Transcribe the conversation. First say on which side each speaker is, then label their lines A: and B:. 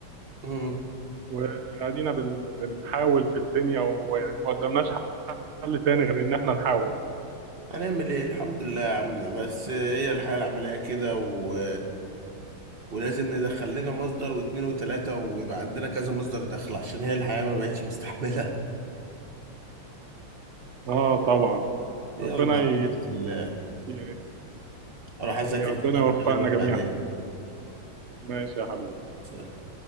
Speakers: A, on the right (about 30°); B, on the right (about 85°).
A: امم
B: وادينا بن... بنحاول في الدنيا ويعني ما قدامناش حل تاني غير ان احنا نحاول
A: هنعمل ايه الحمد لله يا عم بس هي الحياة العملية كده و... ولازم ندخل لنا مصدر واتنين وتلاتة ويبقى عندنا كذا مصدر دخل عشان هي الحياة ما بقتش مستحملة
B: اه طبعا
A: يلا
B: ربنا
A: على
B: ي...
A: خيرة الله
B: ي...
A: اروح اذاكر
B: يا ربنا
A: كده
B: يوفقنا
A: وبكلمك بعدين
B: جميعا ماشي يا حبيبي
A: سلام